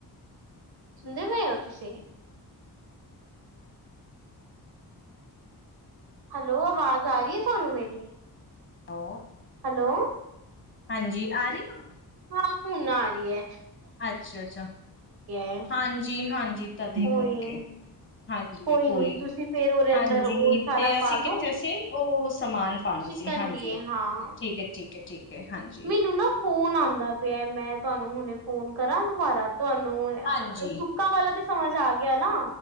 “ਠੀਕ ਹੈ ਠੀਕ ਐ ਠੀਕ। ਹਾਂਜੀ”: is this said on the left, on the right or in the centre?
Left